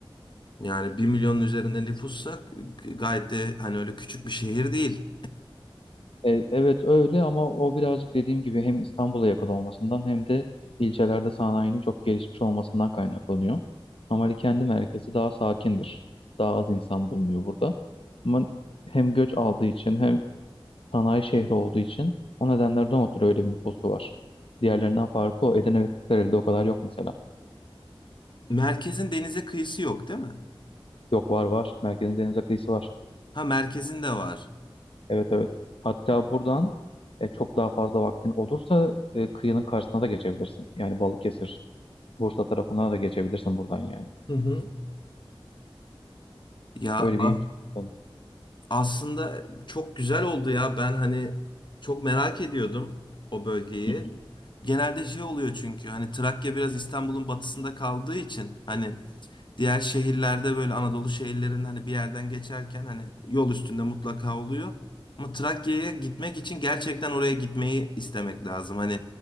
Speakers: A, on the left; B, on the left.
A: Yani bir milyonun üzerinde nüfussa g- gayet de hani öyle küçük bir şehir değil.
B: E, evet öyle ama o birazcık dediğim gibi hem İstanbul'a yakın olmasından hem de ilçelerde sanayinin çok gelişmiş olmasından kaynaklanıyor. Normali kendi merkezi daha sakindir. Daha az insan bulunuyor burada. Ama hem göç aldığı için hem sanayi şehri olduğu için o nedenlerden ötürü öyle bir nüfusu var. Diğerlerinden farkı o. Edirne ve Kırklareli'de o kadar yok mesela.
A: Merkezin denize kıyısı yok değil mi?
B: Yok var var. Merkezin denize kıyısı var.
A: Ha merkezin de var.
B: Evet evet. Hatta buradan e, çok daha fazla vaktin olursa e, kıyının karşısına da geçebilirsin. Yani Balıkesir, Bursa tarafına da geçebilirsin buradan yani.
A: Hı hı. Ya
B: Öyle
A: az.
B: bir imkan. var.
A: Aslında çok güzel oldu ya. Ben hani çok merak ediyordum o bölgeyi.
B: Hı hı.
A: Genelde şey oluyor çünkü hani Trakya biraz İstanbul'un batısında kaldığı için hani diğer şehirlerde böyle Anadolu şehirlerinin hani bir yerden geçerken hani yol üstünde mutlaka oluyor. Ama Trakya'ya gitmek için gerçekten oraya gitmeyi istemek lazım. Hani